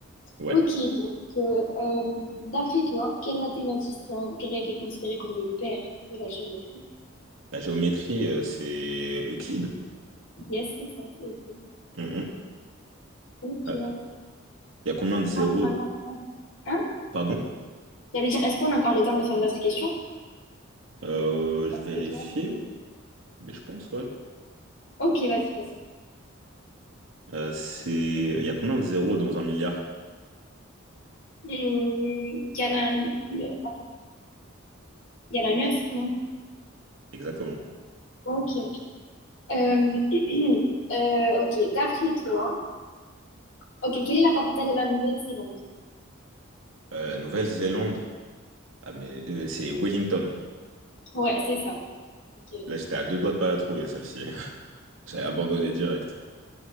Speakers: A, on the right (about 70°); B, on the left (about 65°).
A: Ouais.
B: Ok, donc, euh, euh, d'après toi, quel mathématicien grec est considéré comme le père de la géométrie?
A: La géométrie, euh, c'est Euclide.
B: Yes, c'est ça, c'est écrit.
A: Mmh, mmh.
B: Ok,
A: Ah,
B: attends,
A: Il y a combien de zéros?
B: on a encore- ouais. Hein?
A: Pardon?
B: J'allais dire, est-ce qu'on a encore le temps de faire d'autres questions?
A: Euh, je
B: Après
A: vérifie,
B: toi
A: mais je pense, ouais.
B: Ok, vas-y, vas-y.
A: Euh, c'est... Il y a combien de zéros dans un milliard?
B: Hmm, Il y en a, le- attends, il y en a neuf, non?
A: Exactement.
B: Ok, ok. Euh, <clears throat> euh, ok, d'après toi, ok, quelle est la capitale de la Nouvelle-Zélande?
A: Euh, la Nouvelle-Zélande. Ah, mais euh, c'est Wellington.
B: Ouais, c'est ça. Ok. ok.
A: Là, j'étais à deux doigts de pas la trouver, celle-ci. <laughs> J'avais abandonné
B: <laughs>
A: direct.